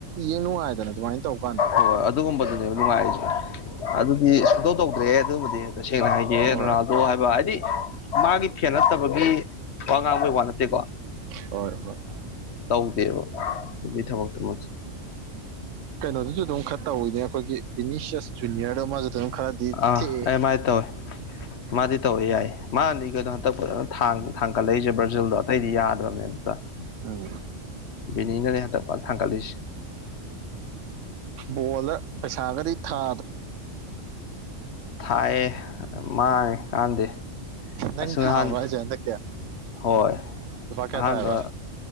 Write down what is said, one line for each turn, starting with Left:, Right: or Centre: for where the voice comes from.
Right: ꯌꯦꯡ ꯅꯨꯡꯉꯥꯏꯗꯅ ꯑꯗꯨꯃꯥꯏꯅ ꯇꯧ ꯀꯥꯟꯗ
Left: ꯍ ꯍꯣꯏ ꯑꯗꯨꯒꯨꯝꯕꯗꯨꯅꯦ ꯅꯨꯡꯉꯥꯏꯁꯦ ꯑꯗꯨꯗꯤ ꯁꯨꯡꯇꯧ ꯇꯧꯗ꯭ꯔꯦ ꯑꯗꯨꯃꯗꯤ ꯇꯁꯦꯡꯅ ꯍꯥꯏꯒꯦ
Right: ꯍꯣꯏ
Left: ꯔꯣꯅꯥꯜꯗꯣ ꯍꯥꯏꯕ ꯍꯥꯏꯗꯤ ꯃꯥꯒꯤ ꯐꯦꯟ ꯅꯠꯇꯕꯒꯤ ꯋꯥ ꯉꯥꯡꯕꯩ ꯋꯥ ꯅꯠꯇꯦꯀꯣ
Right: ꯍꯣꯏ ꯍꯣꯏ
Left: ꯇꯧꯗꯦꯕ ꯃꯤꯊ ꯃꯣꯛꯛꯇ ꯃ <unintelligible>
Right: ꯀꯩꯅꯣꯗꯨꯁꯨ ꯑꯗꯨꯝ ꯈꯔ ꯇꯧꯋꯤꯅꯦ ꯑꯩꯈꯣꯏꯒꯤ ꯕꯤꯅꯤꯁꯤꯁ ꯖꯨꯅꯤꯌꯔꯗ ꯃꯥꯁꯨ ꯑꯗꯨꯝ ꯈꯔꯗꯤ
Left: ꯑꯥ
Right: ꯊꯦꯛꯑꯦ
Left: ꯑꯦ ꯃꯥꯏ ꯇꯧꯋꯦ ꯃꯥꯗꯤ ꯇꯧꯋꯦ ꯌꯥꯏ ꯃꯥꯟꯅꯤ ꯀꯩꯅꯣ ꯍꯟꯇꯛꯗ ꯊꯥꯡ ꯊꯥꯡꯒꯠꯂꯛꯏꯁꯦ ꯕ꯭ꯔꯥꯖꯤꯜꯗꯣ ꯑꯇꯩꯗꯤ ꯌꯥꯗ꯭ꯔꯕꯅꯦ ꯑꯨꯛꯇ
Right: ꯎꯝ
Left: ꯕꯤꯅꯤꯅꯅꯦ ꯍꯟꯗꯛ ꯊꯥꯡꯒꯠꯂꯤꯁꯤꯦ
Right: ꯕꯣꯜꯗ ꯄꯩꯁꯥꯒꯗꯤ ꯊꯥ
Left: ꯊꯥꯏꯌꯦ ꯃꯥꯡꯉꯦ ꯀꯥꯟꯗꯦ
Right: ꯅꯪ
Left: ꯑꯥꯁ ꯅꯍꯥꯟ
Right: ꯊꯥꯕ꯭ꯔꯥ ꯍꯥꯏꯁꯦ ꯍꯟꯗꯛꯀꯤ
Left: ꯍꯣꯏ
Right: ꯂꯨꯄꯥ ꯀꯌꯥ
Left: ꯑꯍꯥꯟꯕ
Right: ꯊꯥꯌꯦꯕ